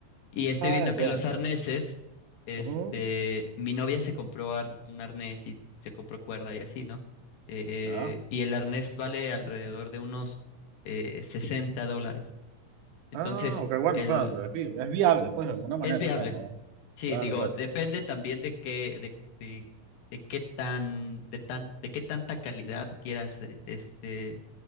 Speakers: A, on the left; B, on the right.
A: Y estoy
B: Ah,
A: viendo
B: entiendo.
A: que los arneses, este,
B: Ujú.
A: mi novia se compró ar- un arnés y, y se compró cuerda y así, ¿no? Eh,
B: ¿Ya?
A: y el arnés vale alrededor de unos eh, 60 dólares. Entonces,
B: Ah, ok, bueno,
A: el,
B: o sea, es, vi- es viable, pues, de alguna manera,
A: es viable.
B: o sea, no.
A: Sí,
B: Claro,
A: digo,
B: claro.
A: depende también de qué, de, de, de qué tan, de tan, de qué tanta calidad quieras, eh, este,